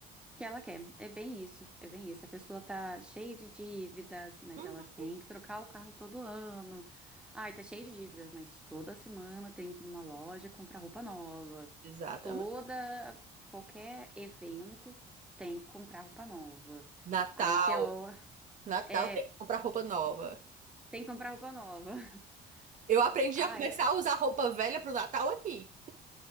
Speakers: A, in the centre; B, on the right.
A: que ela quer. É bem isso, é bem isso. A pessoa tá cheia de dívidas, mas
B: Uhum.
A: ela tem que trocar o carro todo ano. Ai, tá cheia de dívidas, mas toda semana tem que ir numa loja comprar roupa nova.
B: Exatamente.
A: Toda, qualquer evento tem que comprar roupa nova.
B: Natal,
A: Aí você, ó,
B: Natal
A: é,
B: tem que comprar roupa nova.
A: tem que comprar roupa nova. <laughs>
B: Eu aprendi
A: Ai,
B: a começar a usar roupa velha pro Natal aqui.